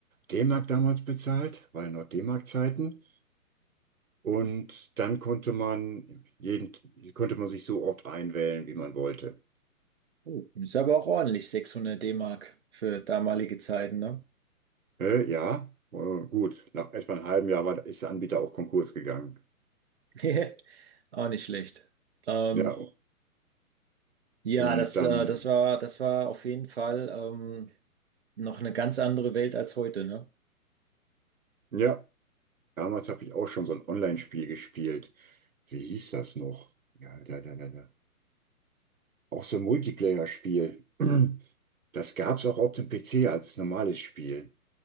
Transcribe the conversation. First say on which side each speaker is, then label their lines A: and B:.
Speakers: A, on the right (about 65°); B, on the right (about 45°).
A: D-Mark damals bezahlt, war ja noch D-Mark-Zeiten. Und dann konnte man jeden, konnte man sich so oft einwählen, wie man wollte.
B: Oh, Ist aber auch ordentlich, 600 D-Mark für damalige Zeiten, ne?
A: Äh, ja, äh, gut. Nach etwa einem halben Jahr war, ist der Anbieter auch Konkurs gegangen.
B: <laughs> Auch nicht schlecht. Ähm,
A: Ja,
B: ja,
A: und
B: das,
A: dann,
B: äh, das war, das war auf jeden Fall ähm, noch eine ganz andere Welt als heute, ne?
A: ja, damals habe ich auch schon so ein Online-Spiel gespielt. Wie hieß das noch? Ja, ja, ja, ja, ja. Auch so ein Multiplayer-Spiel. <clears throat> Das gab es auch auf dem PC als normales Spiel.